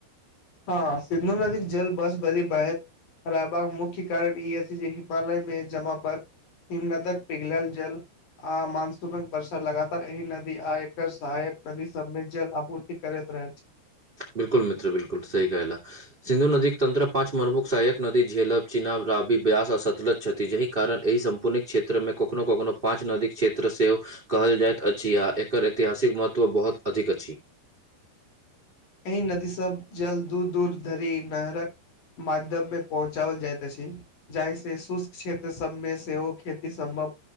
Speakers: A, on the left (about 50°); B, on the right (about 35°).
A: हँ सिन्धु नदीक जल वर्ष भरी बहैत रहबाक मुख्य कारण ई अछि जे हिमालय में जमा बर्फ हिमनदक पिघलल जल आ मानसूनक वर्षा लगातार एहि नदी आ एकर सहायक नदी सबमें जल आपूर ति करैत रहैत छै।
B: बिल्कुल मित्र बिल्कुल सही कहलेउ सिन्धु नदीक तंत्र पाँच प्रमुख सहायक नदी झेलब, चिनाब, राबी, ब्यास आ सतलज छथि जेहि कारण एहि सम पुणीक क्षेत्र में कखनो कखनो पाँच नदीके क्षेत्र सेहो कहल जाइत अछि आ एकर ऐतिहासिक महत्व बहुत अधिक अछि।
A: एहि नदी सब जल दूर-दूर धरि नहरक माध्यम में पहुँचाबल जाइत अछि। जाहिसे शुष्क क्षेत्र सबमें सेहो खेती सम्भव